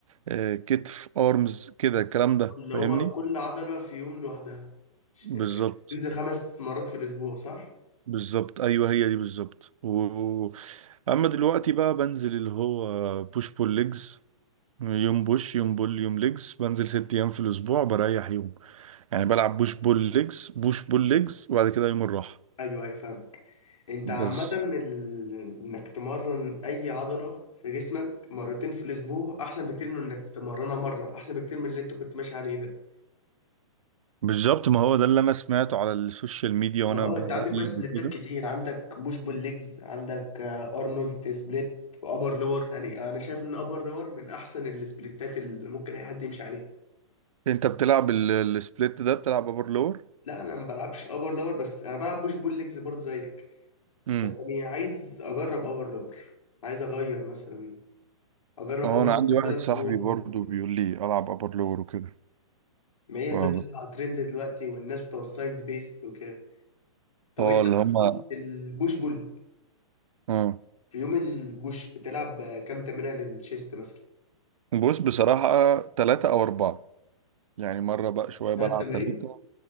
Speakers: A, on the right (about 75°); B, on the left (about 85°).
A: آه كتف ارمز كده الكلام ده
B: اللي هو
A: فاهمني
B: كل عضلة في يوم لوحدها ش-
A: بالظبط
B: تنزل خمس مرات في الاسبوع صح؟
A: بالظبط ايوه هي دي بالظبط و... و- اما دلوقتي بقى بنزل اللي هو بوش بول ليجز يوم بوش يوم بول يوم ليجز بنزل ست ايام في الاسبوع بريح يوم يعني بلعب بوش بول ليجز بوش بول ليجز وبعد كده يوم الراحه
B: ايوه ايوه فاهمك انت عامة
A: بس
B: ال... انك تمرن اي عضلة في جسمك مرتين في الاسبوع احسن بكتير من انك تمرنها مرة احسن بكتير من اللي انت كنت ماشي عليه ده
A: بالظبط ما هو ده اللي انا سمعته على السوشيال ميديا
B: ما
A: وانا
B: اه
A: ب-
B: انت عندك
A: بقلب
B: بقى سبليتات
A: وكده
B: كتير عندك بوش بول ليجز عندك آه، ارنولد سبليت وابر لور يعني انا شايف ان ابر لور من احسن السبليتات اللي ممكن اي حد يمشي عليها
A: انت بتلعب ال- السبليت ده بتلعب ابر لور
B: لا انا ما بلعبش ابر لور بس انا بلعب بوش بول ليجز برضه زيك
A: امم
B: بس انا عايز اجرب ابر لور عايز اغير مثلا اجرب
A: اه
B: ابر
A: انا عندي
B: لور
A: واحد
B: ثلاث
A: صاحبي
B: شهور مثلا
A: برضو
B: كده
A: بيقول لي العب ابر لور وكده
B: ما هي اللي
A: اه
B: طالعه
A: بس-
B: ترند دلوقتي والناس بتوع الساينس بيست وكده طب
A: آه،
B: انت
A: اللي هما
B: مثلاً البوش بول
A: اه
B: في يوم البوش بتلعب آه، كام تمرينه للشيست مثلا
A: بص بصراحة تلاتة أو أربعة يعني مرة بقى شوية
B: ثلاث
A: بلعب
B: تمارين
A: تلاتة